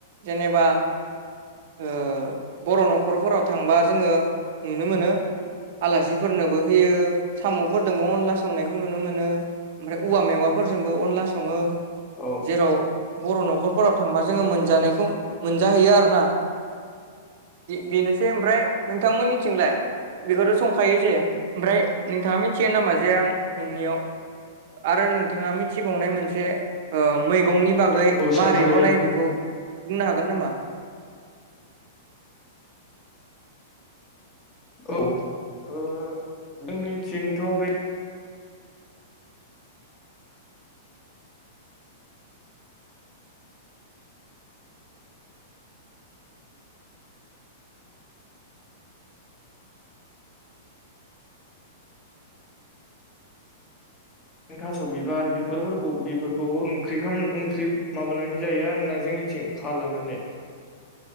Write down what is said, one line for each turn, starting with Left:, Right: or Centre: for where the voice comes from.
Right: जेनेबा ओ बर' न'खरफोराव थांबा जोङो नुनो मोनो। आलासिफोरनोबो होयो साम'फोरजोंबो अनला संनायखौ नुनो मोनो ओमफ्राय औवा मेवा फोरजोंबो अनला सङो
Left: औ
Right: जेराव बर' न'खर न'खरफोराव थांबा जोङो मोनजानायखौ मोनजाहैयो आरो ना। बेनोसै ओमफ्राय नोंथांमोननिथिंलाय बेखौथ' संखायो जे ओमफ्राय नोंथाङा मिथियो नामा जे आं नोंनियाव आरो नोंथाङा मिथिबावनाय मोनसे ओ मैगंनि बागै
Left: औ
Right: मारै
Left: संखायो
Right: बनायो बेखौ बुंनो हागोन नामा?
Left: औ ओ जोंनिथिंथ' बे थास' बिबार बेफोरखौ बिफोरखौबो ओंख्रि ओंख्रि माबानानै जायो आरो ना जोंनि थिं खा लानानै
Right: <inaudible>